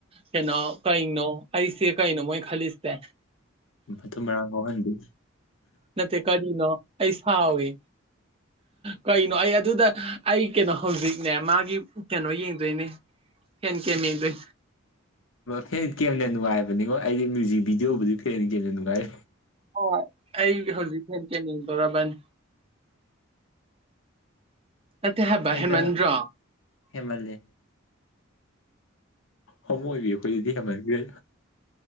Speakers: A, on the right; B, on the left.
A: ꯀꯩꯅꯣ ꯀꯩꯅꯣ ꯑꯩꯁꯦ ꯀꯩꯅꯣ ꯃꯣꯏ ꯈꯜꯂꯤꯁꯦ
B: ꯐꯠꯇ ꯃꯔꯥꯡ ꯍꯍꯟꯕꯤ
A: ꯅ ꯀꯔꯤꯅꯣ ꯑꯁꯥꯎꯦ ꯀꯩꯅꯣ ꯑꯩ ꯑꯗꯨꯗ ꯑꯩ ꯀꯩꯅꯣ ꯍꯧꯖꯤꯛꯅꯦ ꯃꯥꯒꯤ ꯀꯩꯅꯣ ꯌꯦꯡꯗꯣꯏꯅꯦ ꯍꯦꯟ ꯀꯦꯃꯤꯗꯔꯤ
B: ꯐꯦꯟ ꯀꯦꯝꯅ ꯅꯨꯡꯉꯥꯏꯕꯅꯤꯉꯣ ꯑꯩꯗꯤ ꯃ꯭ꯌꯨꯖꯤꯛ ꯚꯤꯗꯤꯑꯣꯕꯨꯗꯤ ꯐꯦꯟ ꯀꯦꯝꯅ ꯅꯨꯡꯉꯥꯏ
A: ꯍꯣꯏ ꯑꯩ ꯍꯧꯖꯤꯛ ꯊ ꯀ ꯇꯧꯔꯥꯕꯟ ꯅꯠꯇꯕꯍꯦꯃꯟꯗ꯭ꯔꯣ
B: ꯊꯥꯏꯗ ꯍꯦꯟꯃꯜꯂꯦ ꯍꯣꯃꯣ ꯑꯣꯏꯕꯤ ꯑꯩꯈꯣꯏꯗꯗꯤ ꯍꯦꯟꯃꯟꯈ꯭ꯔꯦ